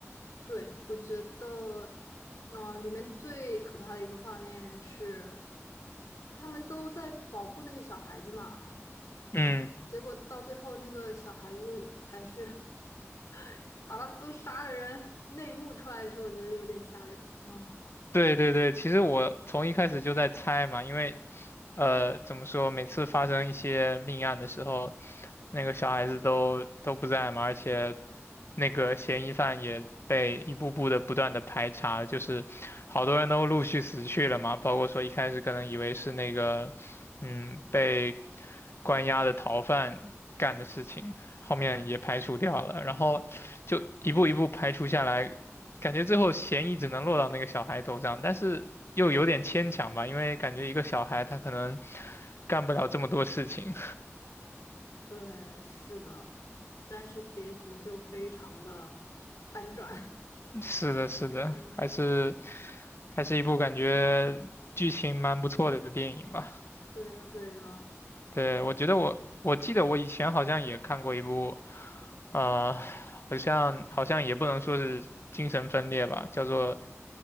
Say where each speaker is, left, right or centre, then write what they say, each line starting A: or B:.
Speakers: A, on the left; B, on the left.
A: 对，我觉得，嗯、里面最可怕的一个画面是，他们都在保护那个小孩子嘛，
B: 嗯。
A: 嗯，结果到最后那个小孩子才是 <laughs> 把他们都杀了人。那一幕出来的时候，我觉得有点吓人。嗯，
B: 对对对，其实我从一开始就在猜嘛，因为呃，怎么说，每次发生一些命案的时候，那个小孩子都都不在嘛，而且那个嫌疑犯也被一步步的不断的排查，就是好多人都陆续死去了嘛，包括说一开始可能以为是那个嗯被关押的逃犯干的事情，后面也排除掉了，然后就一步一步排除下来，感觉最后嫌疑只能落到那个小孩头上，但是又有点牵强吧，因为感觉一个小孩他可能干不了这么多事情。
A: 对，是的，但是结局就非常的反转。
B: <laughs> 是的，是的，
A: <laughs> 嗯。
B: 还是还是一部感觉剧情蛮不错的电影吧。
A: 对的，对的，
B: 对，我觉得我我记得我以前好像也看过一部，呃，好像好像也不能说是精神分裂吧，叫做